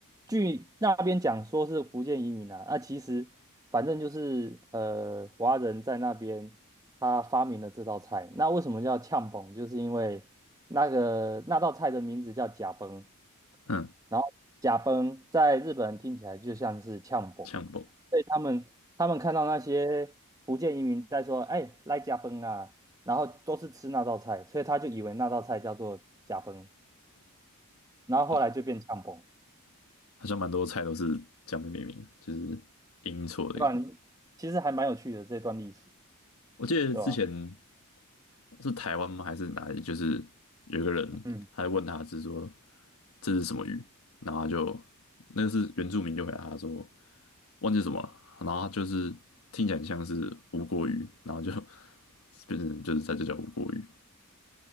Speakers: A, on the right (about 15°); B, on the left (about 65°).
A: 据那边讲说是福建移民啊，那其实反正就是呃华人在那边他发明了这道菜，那为什么叫呛崩？就是因为那个那道菜的名字叫甲崩，
B: 嗯，
A: 然后甲崩在日本人听起来就像是呛崩。
B: 呛爆。
A: 所以他们他们看到那些福建移民在说，哎，来加崩啊，然后都是吃那道菜，所以他就以为那道菜叫做加崩，然后后来就变呛崩，
B: 好，好像蛮多菜都是这样被命名的就是音错这个。
A: 对吧？你其实还蛮有趣的这段历史，
B: 我记得之前
A: 对吧？
B: 是台湾吗？还是哪里？就是有一个人，
A: 嗯，
B: 还问他是说这是什么鱼，然后他就那个是原住民就回答他说忘记什么了，然后他就是听起来很像是无国鱼，然后就 <laughs> 变成就是在这叫无国鱼，